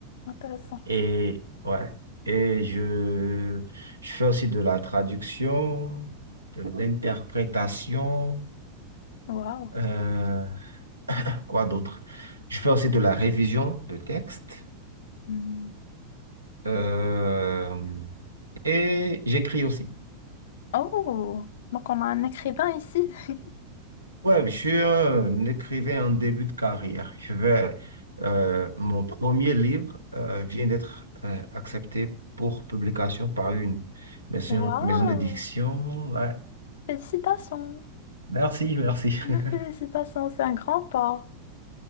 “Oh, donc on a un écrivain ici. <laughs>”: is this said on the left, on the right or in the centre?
Left